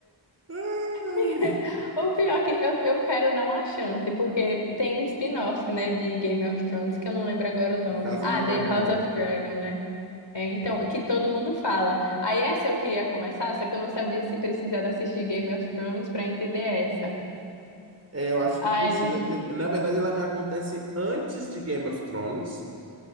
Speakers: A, on the right; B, on the left.
A: <laughs> Ai.
B: <laughs> O pior é que eu, eu quero dar uma chance, porque tem um spin-off, né, de Game of Thrones, que eu não lembro agora o nome.
A: A Casa
B: Ah,
A: do Dragão.
B: The House of Dragon, né? É, então,
A: É.
B: que todo mundo fala. Aí essa eu queria começar, só que eu não sabia se precisava assistir Game of Thrones pra entender essa.
A: É, eu acho
B: Aí,
A: que precisa ter. Na verdade, ela vai acontece antes de Game of Thrones,